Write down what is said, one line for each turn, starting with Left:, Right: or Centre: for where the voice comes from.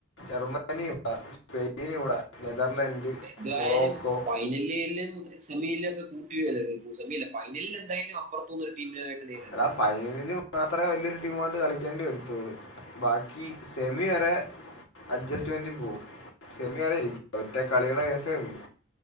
Left: ജർമ്മനിയിവിടെ സ്പെയിനിവിടെ നെതർലൻഡ്
Right: എന്തായാലും
Left: മൊറോക്കോ
Right: ഫൈ ഫൈനലിലും സെമിലൊക്കെ <unintelligible> സെമി അല്ല ഫൈനലിൽ എന്തായാലും അപ്പുത്തുന്നൊരു ടീമിനായിട്ട് നേരി
Left: എടാ ഫൈനലിന് മാത്രമേ വലിയൊരുടീമായിട്ട് കളിക്കേണ്ടി വരത്തോളു. ബാക്കി സെമി വരെ അഡ്ജസ്റ്റ്മെന്റി പോവും സെമിയാണ് <unintelligible> ഒറ്റ കളിയുടെ കേസേ ഉള്ളു.